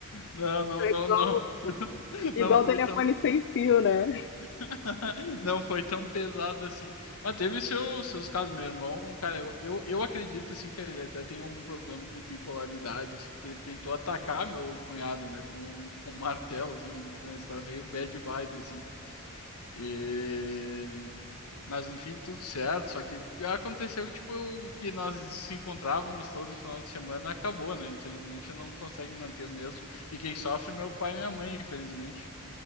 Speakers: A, on the left; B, on the left.
A: Não, não,
B: É
A: não,
B: Igual,
A: não. <laughs>
B: igual
A: Não foi
B: telefone
A: tão,
B: sem fio, né?
A: <laughs> não foi tão pesado assim. Mas teve seu, seus casos, meu irmão. Cara, eu, eu, eu acredito assim que ele até tem algum problema de bipolaridade, assim, porque ele tentou atacar meu cunhado, né, com, com um martelo, assim, uma história meio bad vibe, assim. E... Mas no fim tudo certo, só que aconteceu que tipo o que nós se encontrávamos todo final de semana acabou, né? Infelizmente eu não consigo manter o mesmo. E quem sofre é meu pai e minha mãe, infelizmente.